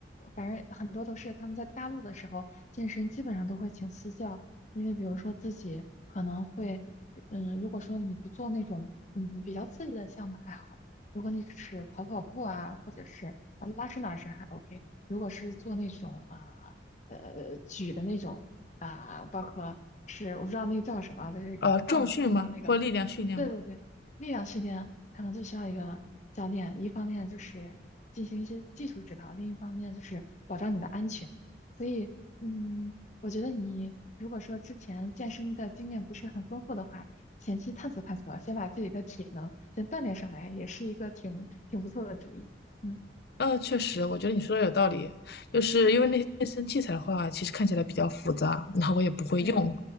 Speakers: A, on the left (about 40°); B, on the left (about 55°).
A: 反正很多都是他们在大陆的时候健身，基本上都会请私教，因为比如说自己可能会，嗯，如果说你不做那种嗯比较刺激的项目还好，如果你只是跑跑步啊，或者是啊拉伸拉伸还 OK，如果是做那种啊呃举的那种啊，包括。是我不知道那个叫什么啊就是杠铃，
B: 呃，重训吗？
A: 然后那个，
B: 或力量训练吗？
A: 对对对，力量训练可能就需要一个教练，一方面就是进行一些技术指导，另一方面就是保障你的安全。所以，嗯，我觉得你如果说之前健身的经验不是很丰富的话，前期探索探索，先把自己的体能先锻炼上来，也是一个挺挺不错的主意。嗯
B: 嗯，确实，我觉得你说的有道理，就是因为那些健身器材的话，
A: 嗯，
B: 其实看起来比较复杂，然后我也不会用。
A: 对，<laughs>